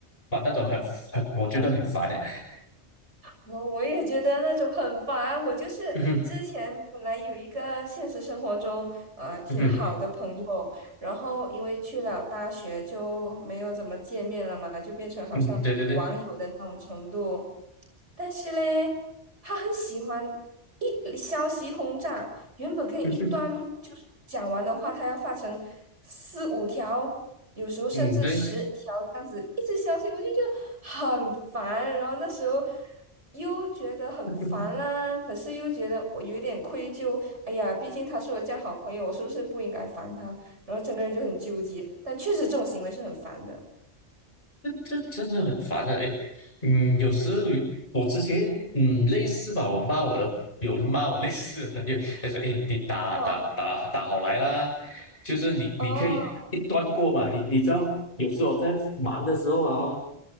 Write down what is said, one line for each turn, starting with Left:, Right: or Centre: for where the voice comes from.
Left: 把那种很很我觉得很烦哎，
Right: 嗯，我我也觉得那种很烦。我就是之前本来有一个现实生活中呃挺好的朋友，
Left: <laughs> 嗯哼嗯哼
Right: 然后因为去了大学就没有怎么见面了嘛，就变成好像网友的那种程度。
Left: 嗯，对对对，
Right: 但是嘞，他很喜欢一消息轰炸，原本可以一段就是讲完的话，
Left: <laughs> 嗯哼
Right: 他要发成四五条。有时候甚至十条这样子一直消息，
Left: 嗯对，
Right: 我就觉得很烦。然后那时候又觉得很烦啦，
Left: <laughs>
Right: 可是又觉得我有一点愧疚。哎呀，毕竟他是我这样好朋友，我是不是不应该烦他？然后整个人就很纠结。但确实这种行为是很烦的。
Left: 这这真的很烦的，哎，嗯，有时候有我之前嗯类似吧，我骂我的有骂我类似的朋友，他说，哎，你打打打打好来啦，
Right: 哦
Left: 就是你你可以一端过嘛，
Right: 哦，
Left: 你你知道有时候我在忙的时候啊哦，